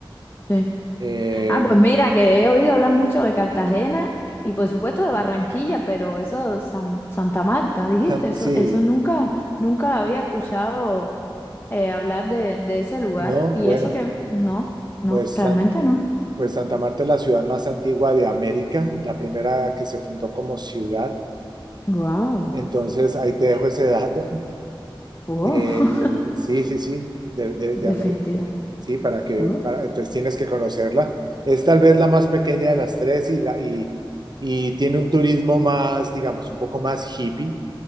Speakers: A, on the left (about 25°); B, on the right (about 50°).
A: Sí.
B: Eh,
A: Ah, pues mira, que he oído hablar mucho de Cartagena y por supuesto de Barranquilla, pero eso, San- Santa Marta, dijiste,
B: San-
A: eso,
B: sí,
A: eso nunca, nunca había escuchado eh, hablar de, de ese lugar.
B: no,
A: Y
B: bueno,
A: eso que, no, no,
B: pues
A: realmente
B: San-
A: no.
B: Pues Santa Marta es la ciudad más antigua de América, la primera que se fundó como ciudad.
A: Wow.
B: Entonces, ahí te dejo ese dato. <laughs>
A: Wow,
B: Eh, sí, sí, sí, de,
A: <laughs>
B: de,
A: definitivamente.
B: de América. Sí, para que,
A: Oh,
B: para, entonces tienes que conocerla. Es tal vez la más pequeña de las tres y, la, y, y tiene un turismo más, digamos, un poco más hippie,